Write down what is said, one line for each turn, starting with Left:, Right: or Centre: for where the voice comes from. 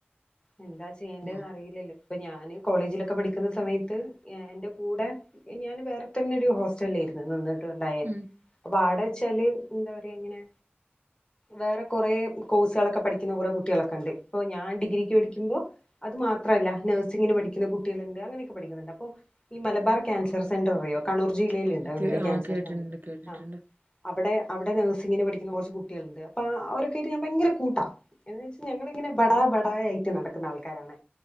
Left: എന്താ ചെയ്യേണ്ടെന്ന്
Right: ഉം
Left: അറിയില്ലല്ലോ ഇപ്പൊ ഞാന് കോളേജിലൊ ക്കെ പഠിക്കുന്ന സമയത്ത് എന്റെ കൂടെ ഞാൻ വേറെ തന്നെ ഒരു ഹോസ്റ്റലേയിര്ന്ന് നിന്നി ട്ടുണ്ടായെ
Right: ഉം
Left: അപ്പൊവ്ടെ വെ ച്ചാല് എന്താ പറയാ ഇങ്ങനെ വേറെ കൊറേ കോഴ്സേളൊക്കെ പഠി ക്കുന്ന കൊറെ കുട്ട്യേളൊക്കേണ്ട് ഇപ്പൊ ഞാൻ ഡിഗ്രിക്ക്
Right: ഉം
Left: പഠിക്കുമ്പൊ അത് മാത്രല്ല നഴ്സിങ്ങിന് പഠിക്കുന്ന കുട്ട്യേളുണ്ട് അങ്ങനൊ ക്കെ പഠിക്കുന്നുണ്ട് അപ്പൊ ഈ മലബാർ ക്യാൻസർ സെന്റർ അറിയോ കണ്ണൂർ ജില്ലയിലുണ്ട്
Right: ആ
Left: അത്പോലെ
Right: കേ ആ
Left: ക്യാൻസർ
Right: കേട്ടിട്ടുണ്ട്
Left: സെന്റർ
Right: കേട്ടിട്ടുണ്ട്
Left: ആ അവടെ അവിടെ നഴ്സിങ്ങിന് പഠിക്കുന്ന കുറച്ച് കുട്ട്യേലുണ്ട് അപ്പൊ അവരൊക്കായിട്ട് ഞാൻ ഭയങ്കര കൂട്ടാ എന്ന് വെച്ച ഞങ്ങളിങ്ങനെ ബടാ ബടാ ആയിട്ട് നടക്കുന്ന ആൾക്കാരാണ്